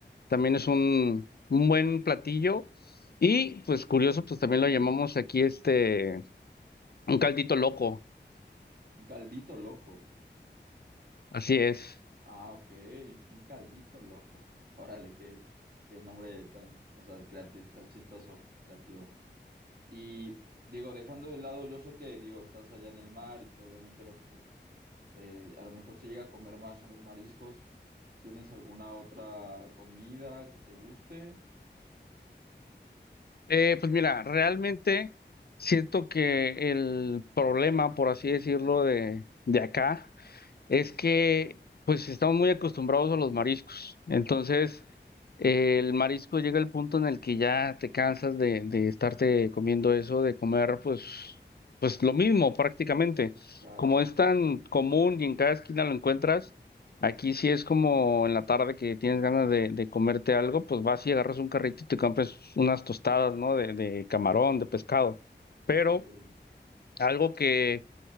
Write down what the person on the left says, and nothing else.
también es un, un buen platillo y pues curioso, pues también lo llamamos aquí este, un caldito loco,
así es.
Eh, pues mira, realmente siento que el problema, por así decirlo, de, de acá es que pues estamos muy acostumbrados a los mariscos. Entonces, el marisco llega al punto en el que ya te cansas de, de estarte comiendo eso, de comer pues, pues lo mismo prácticamente.
Como es tan común y en cada esquina lo encuentras, aquí sí es como en la tarde que tienes ganas de, de comerte algo, pues vas y agarras un carrito y te compras unas tostadas, ¿no? De, de camarón, de pescado. Pero
algo que